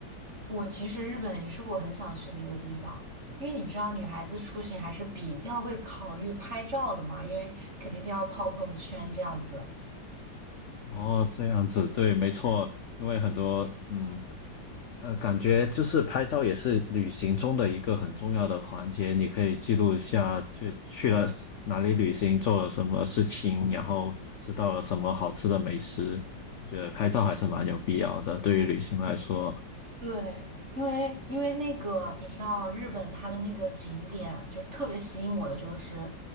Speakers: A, on the right (about 35°); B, on the left (about 70°).
A: 我其实日本也是我很想去的一个地方，因为你知道女孩子出行还是比较会考虑拍照的嘛，因为肯定都要泡朋友圈这样子。
B: 哦，这样子，对，没错，因为很多，嗯。呃，感觉就是拍照也是旅行中的一个很重要的环节，你可以记录一下去去了哪里旅行，做了什么事情，然后吃到了什么好吃的美食。我觉得拍照还是蛮有必要的，对于旅行来说。
A: 对，因为因为那个你知道日本它的那个景点就特别吸引我的就是，